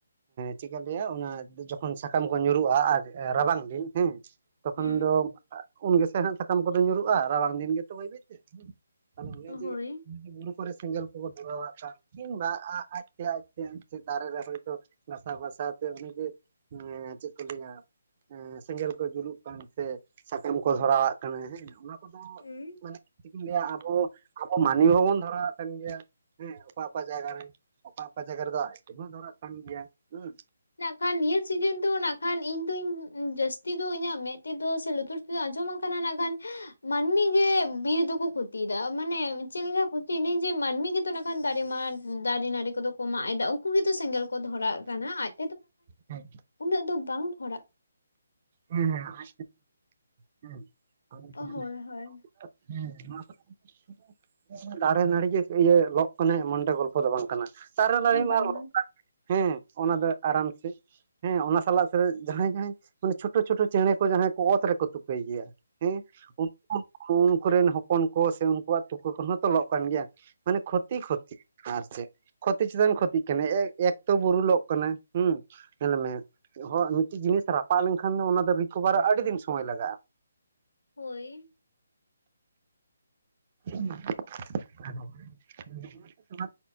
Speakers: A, on the right; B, on the left.
A: ᱪᱮᱠᱟᱧ ᱞᱟᱹᱭᱟ ᱡᱚᱠᱷᱚᱱ ᱥᱟᱠᱟᱢ ᱠᱚ ᱧᱩᱨᱩᱜᱼᱟ ᱟᱨ ᱨᱟᱵᱟᱝ ᱫᱤᱱ ᱦᱮᱸ ᱛᱚᱠᱷᱚᱱ
B: ᱦᱩᱸ
A: ᱫᱚ ᱼᱼ ᱩᱱ ᱜᱮᱥᱮ ᱦᱟᱜ ᱥᱟᱠᱟᱢ ᱠᱚᱫᱚ ᱧᱩᱨᱩᱜᱼᱟ ᱨᱟᱵᱟᱝ ᱫᱤᱱ ᱜᱮᱛᱚ ᱵᱟᱹᱭ ᱵᱟᱹᱭ ᱛᱮ᱾ ᱦᱮᱸ ᱟᱨ ᱚᱱᱮ ᱡᱮ
B: ᱦᱳᱭ
A: ᱼᱼ ᱵᱩᱨᱩ ᱠᱚᱨᱮ ᱥᱮᱸᱜᱮᱞ ᱠᱚ-ᱠᱚ ᱫᱷᱚᱨᱟᱣᱟᱜ ᱠᱟᱱ। ᱠᱤᱝᱵᱟ ᱟᱡ-ᱟᱡᱛᱮ ᱫᱟᱨᱮ ᱨᱮ ᱦᱥᱭᱛᱚ ᱜᱟᱥᱟᱣᱼᱜᱟᱥᱟᱣ ᱛᱮ ᱚᱱᱮ ᱡᱮ ᱼᱼ ᱦᱮᱸ ᱪᱮᱫ ᱠᱚ ᱞᱟᱹᱭᱟ ᱦᱮᱸ ᱥᱮᱸᱜᱮᱞ ᱠᱚ ᱡᱩᱞᱩᱜ ᱠᱟᱱ ᱛᱮ ᱥᱟᱠᱟᱢ ᱠᱚ ᱫᱷᱚᱨᱟᱣᱟᱜ ᱠᱟᱱᱟ ᱦᱮᱸ ᱚᱱᱟ ᱠᱚ
B: ᱦᱩᱸ
A: ᱢᱟᱱᱮ ᱪᱮᱫ ᱤᱧ ᱞᱟᱹᱭᱟ ᱟᱵᱚ-ᱟᱵᱚ ᱢᱟᱱᱢᱤ ᱦᱟᱹᱱᱤ ᱦᱚᱸᱵᱚᱱ ᱫᱷᱚᱨᱟᱣᱟᱜ ᱠᱟᱱ ᱜᱮᱭᱟ ᱦᱮᱸ ᱚᱠᱟ-ᱚᱠᱟ ᱡᱟᱭᱜᱟ ᱨᱮ। ᱚᱠᱟ-ᱚᱠᱟ ᱡᱟᱭᱜᱟ ᱨᱮᱫᱚ ᱟᱡ ᱛᱮ ᱦᱚᱸ ᱫᱷᱚᱨᱟᱜ ᱠᱟᱱ ᱜᱮᱭᱟ ᱦᱮᱸ।
B: ᱢᱮᱱᱟᱜ ᱠᱷᱟᱱ ᱱᱤᱭᱟᱹ ᱥᱤᱡᱤᱱ ᱫᱚ ᱱᱟᱜ ᱠᱷᱟᱱ ᱤᱧ ᱫᱚᱧ ᱡᱟᱹᱥᱛᱤ ᱫᱚ ᱤᱧᱟᱹᱜ ᱢᱮᱫ ᱛᱮᱫᱚ ᱥᱮ ᱞᱩᱛᱩᱨ ᱼᱼ ᱟᱸᱡᱚᱢ ᱟᱠᱟᱱᱟ ᱱᱟᱜ ᱠᱷᱟᱱ ᱢᱟᱹᱱᱢᱤ ᱜᱮ ᱵᱤᱨ ᱫᱚᱠᱚ ᱠᱷᱚᱛᱤ ᱛᱤᱫᱟ ᱢᱟᱱᱮ ᱪᱮᱫ ᱞᱮᱠᱟ ᱠᱷᱚᱛᱤ ᱱᱤᱡᱮ ᱢᱟᱹᱱᱢᱤ ᱜᱮᱛᱚ ᱼᱼ ᱠᱷᱟᱱ ᱫᱟᱨᱮ ᱢᱟ ᱫᱟᱨᱮ ᱱᱟᱲᱤ ᱠᱚᱫᱚ ᱠᱚ ᱢᱟᱜ ᱮᱫᱟ ᱩᱱᱠᱩ ᱜᱮᱛᱚ ᱥᱮᱸᱜᱮᱞ ᱠᱚ ᱫᱷᱚᱨᱟᱜ ᱠᱟᱱᱟ᱾ ᱟᱡ ᱼᱼ
A: ᱦᱮᱸ
B: ᱩᱱᱟᱹᱜ ᱫᱚ ᱵᱟᱝ ᱦᱚᱲᱟᱜ
A: ᱦᱮᱸᱻᱦᱮᱸ ᱟ ᱪᱮᱫ ᱦᱚᱸ
B: ᱦᱳᱭ
A: ᱵᱟᱝ
B: ᱦᱳᱭ
A: ᱟᱸᱡᱚᱢᱚᱜ ᱠᱟᱱᱟ ᱫᱟᱨᱮ ᱱᱟᱹᱲᱤ ᱜᱮ ᱤᱭᱟᱹ ᱞᱚᱜ ᱠᱟᱱᱟᱭ ᱮᱢᱚᱱ ᱫᱚ ᱜᱚᱞᱯᱷᱚ ᱫᱚ ᱵᱟᱝ ᱠᱟᱱᱟ ᱫᱟᱨᱮ ᱱᱟᱹᱲᱤ
B: ᱵᱟᱝ
A: ᱢᱟ
B: ᱵᱟᱝ
A: ᱟᱨ ᱞᱚᱜ ᱠᱟᱱ ᱜᱮ ᱼᱼ ᱦᱮᱸ ᱚᱱᱟ ᱫᱚ ᱟᱨᱟᱢ ᱥᱮ ᱦᱮᱸ ᱚᱱᱟ ᱥᱟᱞᱟᱜ ᱥᱮ ᱡᱟᱦᱟᱸᱭᱼᱡᱟᱦᱟᱸᱭ ᱼᱼ ᱢᱟᱱᱮ ᱪᱷᱚᱴᱚ-ᱪᱷᱚᱴᱚ ᱪᱮᱬᱮ ᱠᱚ ᱡᱟᱦᱟᱸᱭ ᱠᱚ ᱚᱛ ᱨᱮᱠᱚ ᱛᱩᱠᱟᱹᱭ ᱜᱮᱭᱟ ᱦᱮᱸ ᱩᱱᱠᱩ ᱠᱚᱨᱮᱱ ᱦᱚᱯᱚᱱ <inaudible> ᱦᱚᱯᱚᱱ ᱠᱚ ᱥᱮ ᱩᱱᱠᱩᱣᱟᱜ ᱛᱩᱠᱟᱹ ᱠᱚᱦᱚᱸ ᱛᱚ ᱞᱚᱜ ᱠᱟᱱ ᱜᱮᱭᱟ ᱢᱟᱱᱮ ᱠᱷᱚᱛᱤ- ᱠᱷᱚᱛᱤ। ᱟᱨ ᱪᱮᱫ ᱠᱷᱚᱛᱤ ᱪᱮᱛᱟᱱ ᱠᱷᱚᱛᱤᱜ ᱠᱟᱱᱟ ᱮᱠᱼᱮᱠ ᱛᱚ ᱵᱩᱨᱩᱞᱚᱜ ᱠᱟᱱᱟ ᱦᱮᱸ ᱧᱮᱞᱢᱮ। ᱦᱚᱲᱟᱜ ᱢᱤᱫᱴᱤᱡ ᱡᱤᱱᱤᱥ ᱨᱟᱯᱟᱜ ᱞᱮᱱᱠᱷᱟᱱ ᱫᱚ ᱚᱱᱟ ᱫᱚ ᱨᱤᱠᱚᱵᱷᱟᱨᱟᱜ ᱟᱹᱰᱤ ᱫᱤᱱ ᱥᱚᱢᱚᱭ ᱞᱟᱜᱟᱜᱼᱟ।
B: ᱦᱚᱭ
A: ᱪᱮᱫ ᱦᱚᱸ ᱵᱟᱝ ᱟᱸᱡᱚᱢᱚᱜ ᱠᱟᱱᱟ